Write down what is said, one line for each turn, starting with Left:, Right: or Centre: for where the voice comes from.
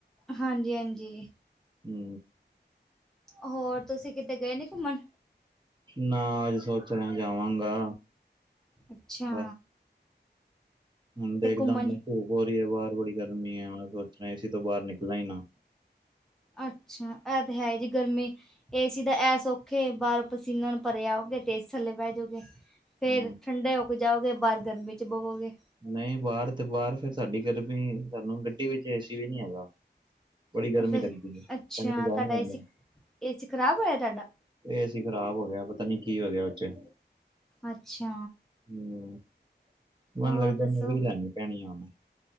Centre: ਹਾਂਜੀ ਹਾਂਜੀ।
Right: ਹੂੰ
Centre: ਹੋਰ ਤੁਸੀਂ ਕਿਤੇ ਗਏ ਨੀ ਘੁੰਮਣ?
Right: ਨਾ ਅੱਜ ਸੋਚ ਰਿਹਾ ਜਾਵਾਂਗਾ।
Centre: ਅੱਛਾ।
Right: ਬਸ ਹੁਣ ਦੇਖਦਾ
Centre: ਤੇ ਘੁੰਮਣ
Right: ਆ, ਧੂਪ ਬੜੀ ਆ, ਬਾਹਰ ਬੜੀ ਗਰਮੀ ਆ। ਸੋਚ ਰਹੇ <inaudible> ਏ ਸੀ ਤੋਂ ਬਾਹਰ ਨਿਕਲਾ ਹੀ ਨਾ
Centre: ਅੱਛਾ, ਇਹ ਤੇ ਹੈ ਜੀ ਗਰਮੀ ਏ ਸੀ ਤਾਂ ਇਹ ਸੁਖ ਏ ਬਾਹਰੋਂ ਪਸੀਨਾ ਨਾਲ ਭਰੇ ਆਓ। ਫਿਰ ਏ ਸੀ ਥੱਲੇ ਬਹਿ ਜਾਓਗੇ
Right: ਹੂੰ
Centre: ਫਿਰ, ਠੰਡੇ ਹੋ ਕੇ ਜਾਓਗੇ, ਬਾਹਰ ਗਰਮੀ ਚ ਬਵੋਗੇ।
Right: ਨਹੀਂ ਬਾਹਰ ਤੇ ਬਾਹਰ ਫਿਰ ਸਾਡੀ ਘਰ ਵੀ, ਸਾਨੂੰ ਗੱਡੀ ਵਿੱਚ ਏਸੀ ਵੀ ਨਹੀਂ ਹੈਗਾ। ਬੜੀ ਗਰਮੀ
Centre: ਫਿਰ
Right: ਲੱਗਦੀ ਏ,
Centre: ਅੱਛਾ
Right: ਤਾਂਹੀ ਤੇ
Centre: ਤੁਹਾਡਾ
Right: ਬਾਹਰ ਨੀ ਜਾਂਦਾ
Centre: ਏਸੀ
Right: ਮੈ।
Centre: ਏਸੀ ਖ਼ਰਾਬ ਹੋਇਆ ਤੁਹਾਡਾ
Right: ਏ ਸੀ ਖਰਾਬ ਹੋ ਗਿਆ, ਪਤਾ ਨੀ ਕੀ ਹੋ ਗਿਆ ਉਹ ਚ।
Centre: ਅੱਛਾ।
Right: ਹੂੰ, ਮੈਨੂੰ
Centre: ਹੋਰ
Right: ਲਗਦਾ
Centre: ਦੱਸੋ
Right: ਨਵੀ ਲੈਣੀ ਪੈਣੀ ਆ ਹੁਣ।